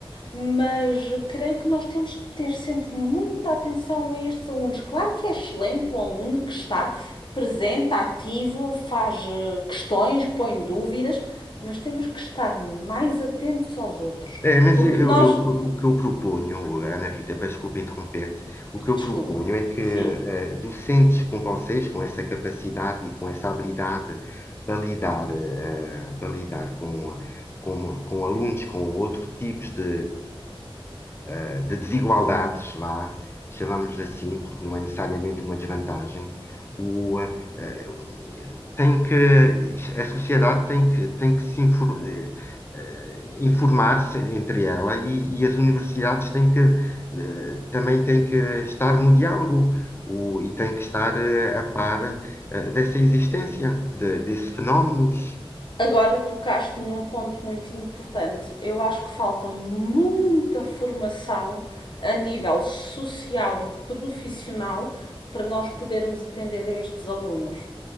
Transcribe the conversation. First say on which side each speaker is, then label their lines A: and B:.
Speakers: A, on the left (about 55°); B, on the left (about 25°).
A: mas creio que nós temos de ter sempre muita atenção a estes alunos. Claro que é excelente um aluno que está presente, ativo, faz eh, questões, põe dúvidas, mas temos que estar mais atentos aos outros,
B: É, mas
A: porque
B: eu, eu-
A: nós.
B: eu- o que eu proponho, Ana Rita, peço desculpa interromper-te, o que eu
A: Desculpa,
B: proponho é que eh,
A: sim.
B: docentes com vocês, com essa capacidade e com essa habilidade para lidar, eh, para lidar com, com, com alunos com outros tipos de, eh, de desigualdades, vá, chamamos assim, porque não é necessariamente uma desvantagem, o, eh, eh, tem que, a sociedade tem que, tem que se infor- eh, eh, informar-se entre ela e, e as universidades têm que, eh, também têm que estar no diálogo. o- e têm que estar eh, a par eh, dessa existência, de, desses fenómenos.
A: Agora tocaste num ponto muito importante. Eu acho que falta muita formação a nível social e profissional para nós podermos atender a estes alunos.